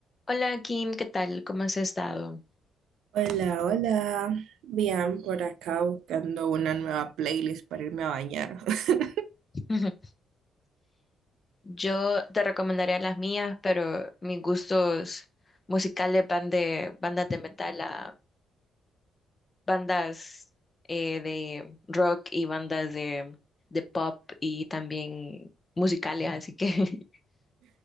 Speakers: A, on the left (about 25°); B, on the right (about 80°).
A: Hola Kim, ¿qué tal? ¿Cómo has estado?
B: Hola, hola. Bien, por acá buscando una nueva playlist para irme a bañar. <laughs>
A: <laughs> Yo te recomendaría las mías, pero mis gustos musicales van de bandas de metal a bandas eh, de rock y bandas de, de pop y también musicales, así que...